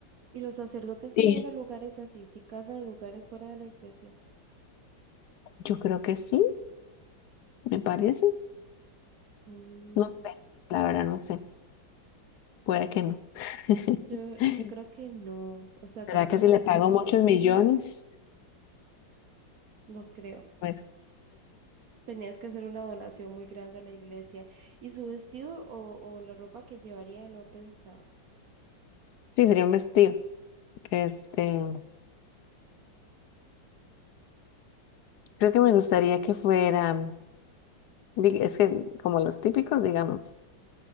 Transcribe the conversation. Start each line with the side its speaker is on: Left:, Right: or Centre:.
Right: Y los sacerdotes sí
Left: Sí.
Right: van a lugares así, sí casan en lugares fuera de la iglesia.
Left: Yo creo que sí, me parece.
Right: Mm,
Left: No sé, la verdad no sé. Puede que no. <laughs>
Right: yo, yo creo que no, o sea, tal
Left: ¿Verdad
Right: vez
Left: que si
Right: algunos,
Left: le pago muchos millones?
Right: no creo.
Left: Pues
Right: Tenías que hacer una donación muy grande a la iglesia. ¿Y su vestido o, o la ropa que llevaría lo ha pensado?
Left: sí, sería un vestido. Este, creo que me gustaría que fuera, di- es que como los típicos, digamos.